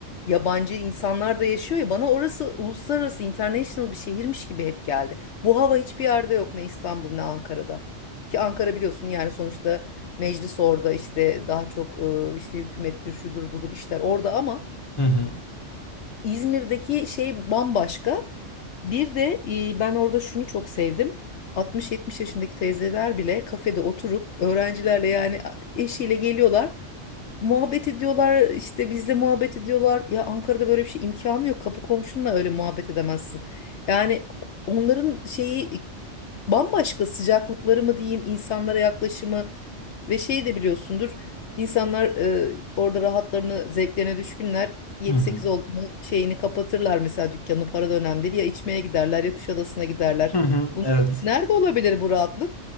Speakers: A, on the left (about 70°); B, on the left (about 20°).
A: yabancı insanlar da yaşıyor ya bana orası uluslararası, international bir şehirmiş gibi hep geldi. Bu hava hiçbir yerde yok ne İstanbul ne Ankara'da. Ki Ankara biliyorsun yani sonuçta meclis orada işte daha çok e, işte hükümettir şudur budur işler orada ama
B: Hı hı.
A: İzmir'deki şey bambaşka. Bir de e, ben orada şunu çok sevdim. 60-70 yaşındaki teyzeler bile kafede oturup öğrencilerle yani eşiyle geliyorlar. Muhabbet ediyorlar işte bizle muhabbet ediyorlar. Ya Ankara'da böyle bir şey imkanı yok. Kapı komşunla öyle muhabbet edemezsin. Yani onların şeyi bambaşka sıcaklıkları mı diyeyim, insanlara yaklaşımı ve şey de biliyorsundur. İnsanlar e, orada rahatlarını, zevklerine düşkünler. yedi
B: Hı hı.
A: sekiz oldu mu şeyini kapatırlar mesela dükkanı para da önemli değil. Ya içmeye giderler ya Kuşadası'na giderler.
B: Hı hı,
A: Bunu,
B: Evet.
A: nerede olabilir bu rahatlık?